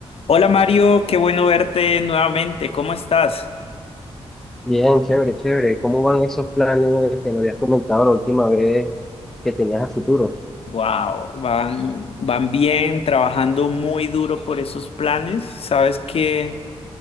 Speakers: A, on the left; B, in the centre.
A: Hola Mario, qué bueno verte nuevamente. ¿Cómo estás?
B: Bien, chévere, chévere. ¿Cómo van esos planes que me habías comentado la última vez que tenías a futuro?
A: Wow, van, van bien, trabajando muy duro por esos planes. Sabes que